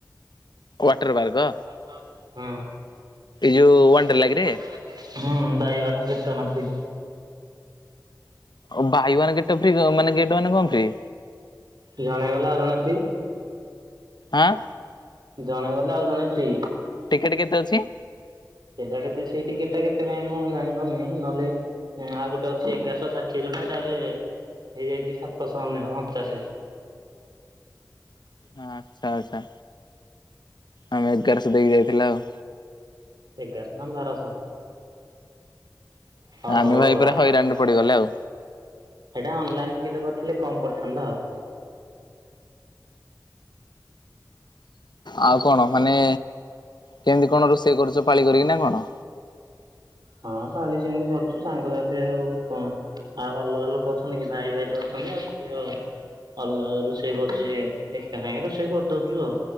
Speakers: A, on the left; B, on the right.
A: ୱାଟର ବାର୍ଗ
B: ହୁଁ
A: ଯୋଉ
B: ସେ
A: ୱାଣ୍ଡର
B: ଯୋଉ
A: ଲାଗରେ
B: ୱାଟ ହୁଁ buy one get one free.
A: ଓ ବାଇୱାନ ଗେଟେ ଫି ମାନ ଗେଟ ମାନେ କଣ ଫ୍ରି?
B: ଜଣେଗଲେ ଆଉ ଜଣେ ଫ୍ରି।
A: ଆଁ।
B: ଜଣେ ଗଲେ ଆଉ ଜଣେ ଫ୍ରି।
A: ଟିକେଟ୍ କେତେ ଅଛି?
B: ସେଇଟା କେତେ ସିଟ କେଟା କେତେ ପାଇଁ ମୁଁ ଜାଣିପାରୁନି ନହେଲେ ଆଉ ଗୋଟେ ଅଛି ଏଗାରଶହ ଷାଠିଏ ଯୋଉଟା ଏଟା ହେଇଯାଇଛି ସାତଶହ ଅଣଚାଶେ
A: ହଁ ଆଚ୍ଛା ଆଚ୍ଛା ଆମେ ଏଗାରଶହ ଦେଇକି ଯାଇଥିଲା ଆଉ
B: ଏଗାରଶହ ନା ବାରଶହ? ହଁ
A: ଆମେ
B: ହୋଉ
A: ଭାଇ
B: ଆଉ
A: ପୁରା ହଇରାଣରେ
B: ଏଇଟା
A: ପଡିଗଲେ ଆଉ
B: ଅନଲାଇନ ଟିକେଟ କରିଥିଲେ କମ୍ ପଡିଥାନ୍ତା ଆଉ।
A: ଆଉ କଣ ମାନେ କେମିତି କଣ ରୋଷେଇ କରୁଚ ପାଳି କରିକିନା ନା କଣ?
B: ହଁ କାଲି ସେମିତି କରୁଚୁ ସାଙ୍ଗସାଥି ଆଉ କଣ ଆଉ ଅଲଗାଲୋକ ଅଛନ୍ତି କି ଭାଇ ଭାଇ ତ ଅଛନ୍ତି ଆଉ କିଏ? ଅଲଗା ରୋଷେଇ କରୁଛି ଏକା ସାଙ୍ଗରେ ରୋଷେଇ କରିଦୋଉଛୁ ଆଉ।